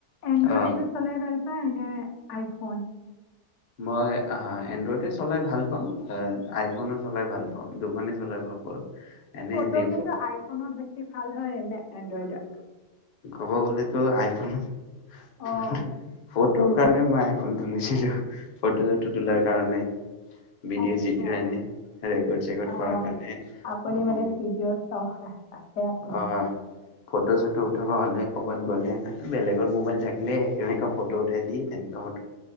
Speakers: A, on the left; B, on the left.
A: এনডইডটো
B: অ',
A: চলাই ভাল হয় এনে আইফোন?
B: মই এনড্ৰইডে চলাই ভাল পাওঁ, আইফোনো চলাই ভাল পাওঁ, দুখনেই চলাই পাওঁ এনে
A: ফটো
B: দি
A: কিন্তু আইফোনত বেছি ভাল হয়নে এনড্ৰইড? <inaudible>
B: ক'ব গ'লেতো আইফোন
A: অঁ
B: ফোন ফোট তোৰ কাৰণে মই আইফোনটো লৈছিলোঁ। ফটো চটো তোলাৰ কাৰণে, ভিডিঅ'
A: আচ্ছা
B: চিডিঅ এনে, ৰেকৰ্ড চেকৰ্ড
A: অ',
B: কৰাৰ কাৰণে
A: আপুনি
B: অ
A: মানে ভিডিঅ' চখ আ- আছে আপোনাৰ।
B: অ ফটো-চটো উঠাব হলে ক'বাত গ'লে বেলেগৰ মোবাইল থাকিলে সেনেকুৱা ফটো উঠাই দিয়ে তেনেকুৱা ফটো